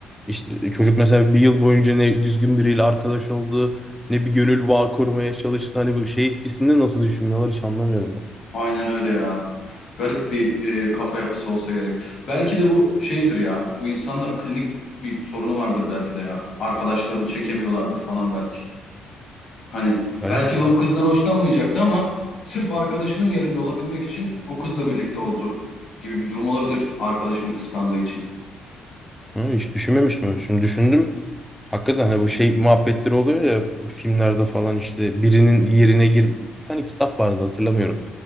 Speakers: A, in the centre; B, on the left (about 60°).
A: işte çocuk mesela bir yıl boyunca ne düzgün biriyle arkadaş oldu ne bir gönül bağı kurmaya çalıştı. Hani bu şey etkisini nasıl düşünmüyorlar hiç anlamıyorum ya.
B: Aynen öyle ya. Garip bir e, kafa yapısı olsa gerek. Belki de bu şeydir ya. Bu insanlar klinik bir sorunu vardır belki de ya. Arkadaşlarını çekemiyorlardır falan belki. Hani
A: Ali
B: belki de o kızdan hoşlanmayacaktı ama sırf arkadaşının yerinde olabilmek için o kızla birlikte oldu gibi bir durum olabilir arkadaşını kıskandığı için.
A: Ha, hiç düşünmemiştim. Şimdi düşündüm. Hakikaten hani bu şey muhabbetleri oluyor ya filmlerde falan işte birinin yerine gir... Bir tane kitap vardı hatırlamıyorum.